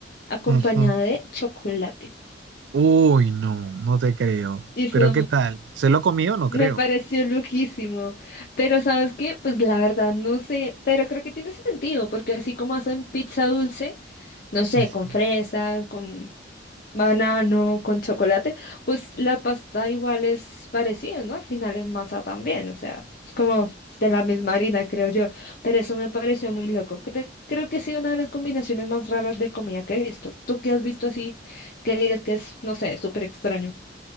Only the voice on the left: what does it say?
acompañada
de chocolate.
Y Eso
me
pareció loquísimo. Pero ¿sabes qué? Pues la verdad no sé, pero creo que tiene sentido, porque así como hacen pizza dulce, no sé,
con fresa, con Banano con chocolate, pues la pasta igual es parecida, ¿no? Al final es masa también, o sea, es como de la misma harina, creo yo. Pero eso me pareció muy loco. Cre- creo que sí, una de las combinaciones más raras de comida que he visto. ¿Tú qué has visto así que digas que es, no sé, súper extraño?